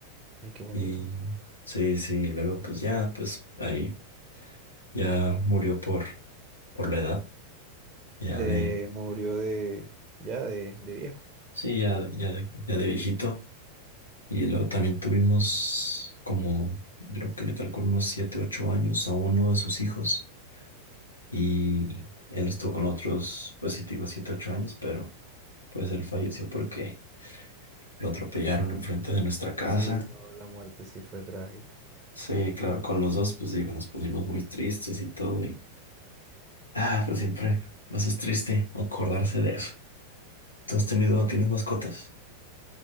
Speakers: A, on the right; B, on the left.
A: Ay, qué bonito.
B: y... Sí, sí, luego pues ya, pues ahí ya murió por, por la edad, ya
A: De,
B: de,
A: murió de, ya de, de viejo.
B: sí, ya, ya de, ya de viejito. Y luego también tuvimos como, creo que le calculo unos 7 8 años a uno de sus hijos. Y él estuvo con otros, pues sí, te digo 7 8 años, pero pues él falleció porque lo atropellaron enfrente de nuestra casa.
A: Uy, no, la muerte sí fue trágica.
B: Sí, claro, con los dos, pues digo, nos pusimos muy tristes y todo. Y, ah, pues siempre nos es triste acordarse de eso. ¿Tú has tenido,
A: Sí.
B: tienes mascotas?